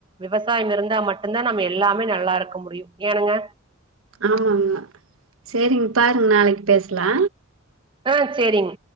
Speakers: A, on the right (about 25°); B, on the right (about 75°).
A: விவசாயம் இருந்தா மட்டுந்தா நம்ம எல்லாமே நல்லாருக்க முடியும் ஏனுங்க
B: ஆமாங்க சேரிங் பாருங் நாளைக்பேஸ்லா
A: ஆ சேரிங்